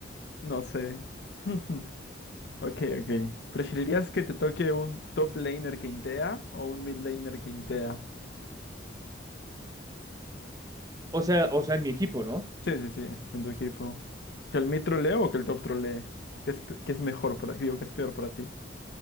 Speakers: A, on the left; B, on the right.
A: no sé. <laughs> Ok, ok. ¿Preferirías que te toque un top laner que intea o un mid laner que intea?
B: O sea, o sea, en mi equipo, ¿no?
A: Sí, sí, sí, en tu equipo. ¿Que el mid trolee o que el top trolee? ¿Qué es, pe- qué es mejor para ti? Digo, ¿qué es peor para ti?